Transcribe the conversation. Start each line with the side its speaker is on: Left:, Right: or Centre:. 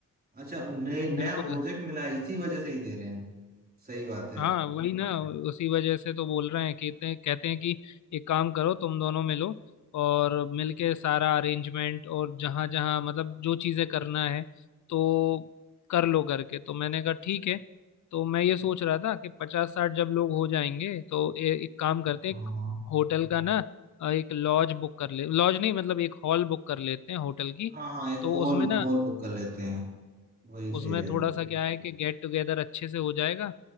Right: अच्छा नए नया
Left: बिल्कुल
Right: प्रोजेक्ट मिला है इसी वजह से ही दे रहे हैं सही बात है
Left: हाँ वही ना उसी वजह से तो बोल रहे हैं कि इतने कहते हैं कि एक काम करो तुम दोनों मिलो और मिलके सारा अरेंजमेंट और जहाँ जहाँ मतलब जो चीज़ें करना है तो कर लो करके तो मैंने कहा ठीक है तो मैं ये सोच रहा था कि पचास साठ जब लोग हो जाएंगे तो ए, एक काम करते
Right: हाँ
Left: हैं एक होटल का ना अ, एक लॉज बुक कर ले लॉज नहीं मतलब एक हॉल बुक कर लेते हैं होटल की
Right: हाँ हाँ एक
Left: तो
Right: हॉल
Left: उसमें ना
Right: हॉल बुक कर लेते हैं वही सही
Left: उसमें
Right: रहेगा
Left: थोड़ा सा क्या है कि गेट टुगेदर अच्छे से हो जाएगा